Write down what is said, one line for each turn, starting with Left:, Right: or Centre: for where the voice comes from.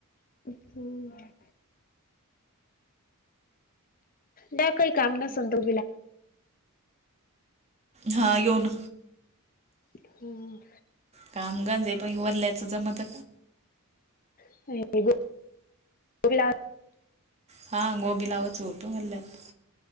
Left: हम् द्या काही काम नसल तर
Right: हा येऊन
Left: हम
Right: कामगांजे पण वरल्याच जमत
Left: <unintelligible>
Right: हां गोबीलावच होत बल्ल्यात